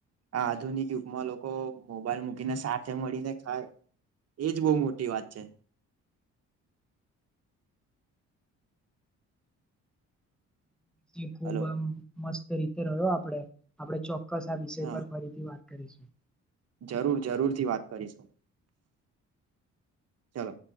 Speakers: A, on the right (about 55°); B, in the centre.
A: આધુનિક યુગમાં લોકો મોબાઈલ મૂકીને સાથે મળીને ખાય એજ બહુ મોટી વાત છે
B: ખૂબ
A: હલો
B: આ મસ્ત રીતે રહ્યો આપણેે આપણે ચોક્કસ આ વિષય
A: હા
B: પર ફરીથી વાત કરીશું
A: જરૂર જરૂર થી વાત કરીશું ચાલો